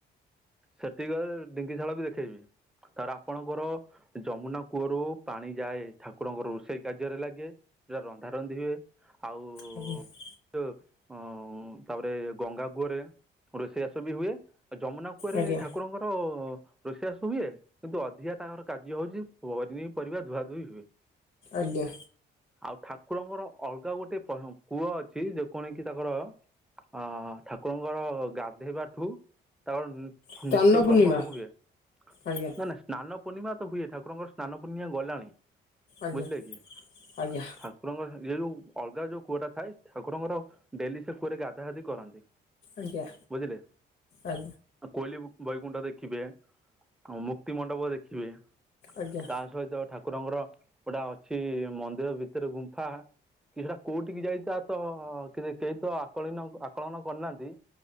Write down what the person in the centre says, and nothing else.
ସେତିକିବେଳେ ଢିଙ୍କିଶାଳ ବି ଦେଖେଇବି। ତାପରେ ଆପଣଙ୍କର ଯମୁନା କୂଅରୁ ପାଣି ଯାଏ ଠାକୁରଙ୍କର ରୋଷେଇ କାର୍ଯ୍ୟରେ ଲାଗେ ଯୋଉଟା ରନ୍ଧା ରନ୍ଧି ହୁଏ ଆଉ
<inaudible> ଅ ତାପରେ ଗଙ୍ଗା କୂଅରେ ରୋଷେଇ ଚାସ ବି ହୁଏ। ଆଉ ଯମୁନା କୂଅରେ
ଠାକୁରଙ୍କର ରୋଷେଇ ବାସ ହୁଏ କିନ୍ତୁ ଅଧିକା ତାଙ୍କର କାର୍ଯ୍ୟ ହଉଛି ପନି ପରିବା ଧୁଆଧୁଇ ହୁଏ।
ଆଉ ଠାକୁରଙ୍କର ଅଲଗା ଗୋଟେ ପ କୂଅ ଅଛି ଯୋଉ କଣ କି ତାଙ୍କର। ଅ ଠାକୁରଙ୍କର ଗାଧେଇବା ଠୁ ତାଙ୍କର।
ନିତ୍ୟ
କର୍ମ ହବୁ ହଏ ନା
ନା। ସ୍ନାନ ପୂର୍ଣ୍ଣିମା ତ ହୁଏ ଠାରଙ୍କର ସ୍ନାନ ପୂର୍ଣ୍ଣିମା ଗଲାଣି।
ବୁଝିଲେ କି
ଠାକୁରଙ୍କର ଏ ଯଉଁ ଅଲଗା ଯଉ କୂଅଟା ଥାଏ ଠାକୁରଙ୍କର ଡେଲି ସେ କୂଅରେ ଗାଧା ଗାଧି କରନ୍ତି।
ବୁଝିଲେ
କୋଇଲି ବୈକୁଣ୍ଠ ଦେଖିବେ ଆଉ ମୁକ୍ତି ମଣ୍ଡପ ଦେଖିବେ।
ତା ସହିତ ଠାକୁରଙ୍କର ଗୋଟା ଅଛି ମନ୍ଦିର ଭିତରେ ଗୁମ୍ଫା। କି ସେଟା କୋଉଠିିକି ଯାଇ ତା ତ କେହି ତ ଆକଳିନ ଆକଳନ କରିନାହାନ୍ତି।